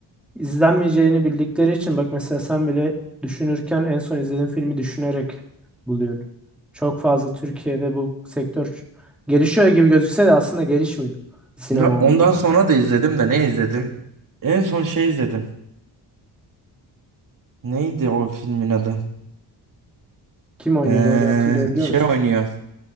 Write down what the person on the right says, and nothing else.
Ya
ondan sonra da izledim de ne izledim? En son şey izledim. Neydi o filmin adı?
Ee,
şey
oynuyor.